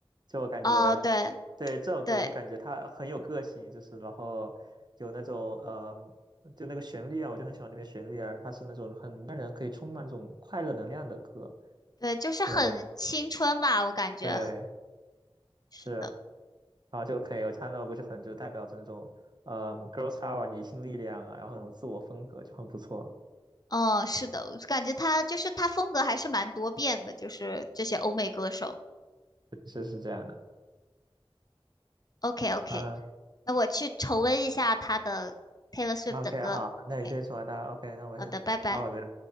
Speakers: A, on the right; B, on the left.
A: 就我感觉
B: 哦，对
A: 对这首歌，
B: 对。
A: 我就感觉它很有个性，就是然后有那种呃，就那个旋律啊，我就很喜欢那边旋律啊，它是那种很让人可以充满这种快乐能量的歌，
B: 对，就是很青春吧，
A: 就
B: 我感觉
A: 对
B: 是的，
A: 是啊就可以，我唱那首歌就很就代表着那种嗯、呃 girls power 女性力量啊，然后那种自我风格就很不错，
B: 哦，是的，我感觉他就是他风格还是蛮多变的，就是这些欧美歌手。
A: 是是这样的。
B: OK OK，
A: 啊，
B: 那我去重温一下他的 Taylor Swift
A: OK，
B: 的歌。
A: 好，那你先说，
B: OK，
A: 那 OK，那我先到我这。
B: 好的，拜拜。